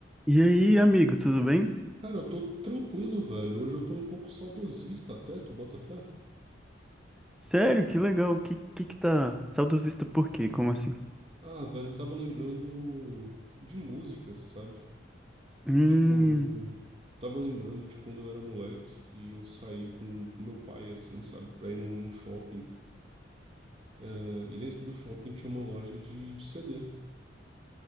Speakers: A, in the centre; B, on the right.
A: E aí, amigo, tudo bem?
B: Cara, eu tô tranquilo, velho. Hoje eu tô um pouco saudosista até, tu bota fé?
A: Sério, que legal. Que que, que tá saudosista por quê? Como assim?
B: Ah, velho, eu tava lembrando de músicas, sabe?
A: Hum,
B: Tipo, tava lembrando de quando eu era moleque e eu saí com, com meu pai, assim, sabe? Pra ir num, num shopping. Ah, E dentro do shopping tinha uma loja de, de CD.